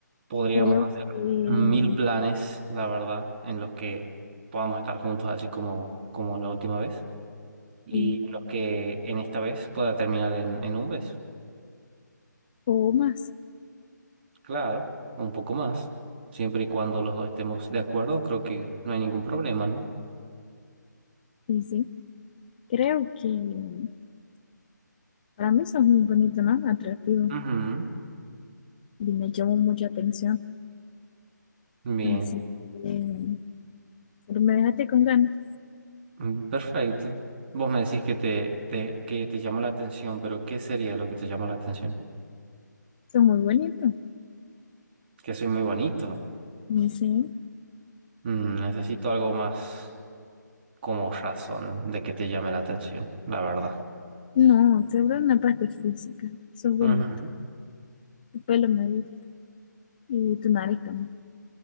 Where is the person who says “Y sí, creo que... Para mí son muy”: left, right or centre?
Left